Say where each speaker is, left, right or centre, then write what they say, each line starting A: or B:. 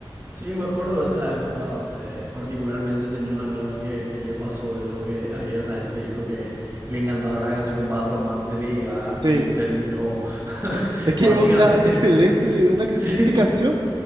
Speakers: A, on the right (about 30°); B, on the right (about 55°).
A: sí, me acuerdo de esa época. eh, particularmente tenía un amigo al que, que le pasó eso, que abiertamente dijo que le encantaba la canción Bad Romance de Lady Gaga
B: Sí,
A: y terminó <laughs>
B: es que
A: básicamente
B: es una excelente,
A: siendo...
B: una excelente
A: Sí,
B: canción.